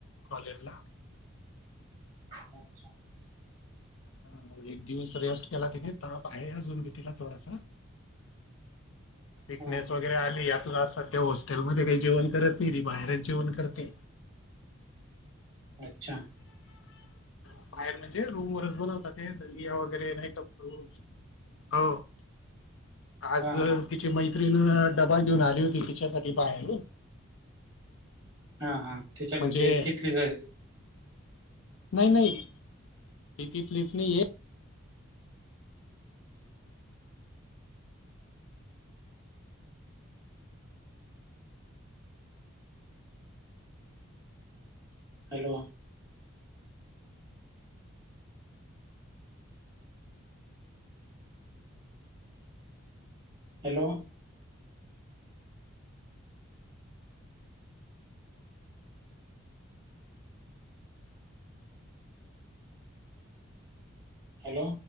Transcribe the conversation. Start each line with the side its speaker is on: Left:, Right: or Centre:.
Left: कॉलेज ला.
Right: अच्छा
Left: हा एक दिवस रेस्ट केला तिने ताप आहे अजून भी तिला थोडासा. वीकनेस
Right: अच्छा हा हा
Left: वगैर, वगरे आली आता सध्या हॉस्टेलमध्ये काही जेवण करत नाही ती बाहेरच जेवण करते.
Right: अच्छा
Left: बाहेर म्हणजे रूम वरच बनवता ते दलिया वगैरे नाही तर फ्रुटस. हो आज
Right: हा हा
Left: तिचे मैत्रीिण डबा घेऊन आली होती तिच्यासाठी बाहेरून,
Right: हा हा त्याच्या
Left: म्हणजे
Right: ग ते तिथली हाय
Left: नाही नाही ती तिथलीच नाहीये.
Right: हलवा. Hello hello